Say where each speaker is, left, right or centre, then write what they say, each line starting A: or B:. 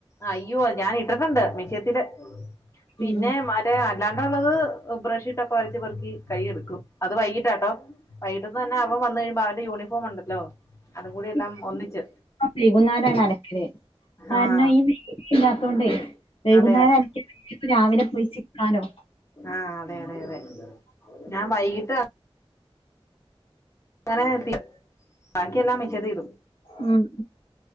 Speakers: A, on the left; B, on the left.
A: അയ്യോ ഞാൻ ഇട്ടിട്ടുണ്ട് മിഷയത്തില് പിന്നെ
B: ഉം
A: മാ മറ്റേ അല്ലാണ്ടുള്ളത് ബ്രഷീട്ടൊക്കെ വരച്ച പെറക്കി കൈെടുക്കും അത് വൈകിട്ടാട്ടോ വൈകട്ടന്ന് തന്നെ അവൻ വന്ന് കഴുമ്പോ അവന്റെ യൂണിഫോം ഉണ്ടല്ലോ അതും കൂടി എല്ലാം
B: ഇ
A: ഒന്നിച്ച്
B: വൈകുന്നാലാണ് അലക്കത് കാരണം
A: ആഹ്
B: ഈ ഇല്ലാത്തോണ്ടേ വൈകുന്നേരം
A: അതെ അതെ
B: അലക്കി രാവിലെ പോയിചിക്കാലോ
A: ആഹ് അതെ അതെ അതെ ഞാൻ വൈകിട്ട് അങ്ങനെ തി ബാക്കിയെല്ലാം മിഷതി ലിടും.
B: ഉം